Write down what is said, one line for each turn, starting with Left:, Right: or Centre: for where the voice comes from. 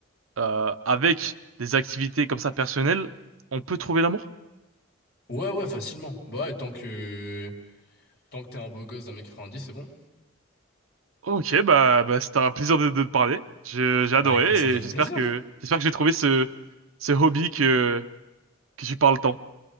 Right: euh, avec des activités comme ça personnelles, on peut trouver l'amour?
Left: Ouais, ouais, facilement. Bah ouais, tant que, tant que t'es un beau gosse d'un mètre dix, c'est bon.
Right: Ok, bah, bah c'était un plaisir de, de te parler. Je- j'ai adoré
Left: Bah écoute, ça m'a
Right: et
Left: fait
Right: j'espère
Left: plaisir.
Right: que j'espère que j'ai trouvé ce ce hobby que que tu parles tant.